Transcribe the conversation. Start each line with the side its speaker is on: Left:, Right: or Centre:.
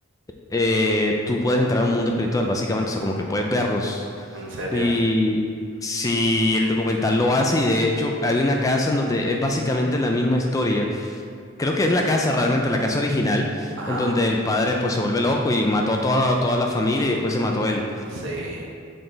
Left: eh, tú puedes entrar a un mundo espiritual, básicamente, o sea, como que puedes verlos.
Right: en serio.
Left: Y si el documental lo hace, y de hecho hay una casa en donde es básicamente la misma historia. Creo que es la casa realmente, la casa original,
Right: Ajá,
Left: en donde el padre pues se vuelve loco y mató a toda, toda la familia y después se mató él.
Right: sí.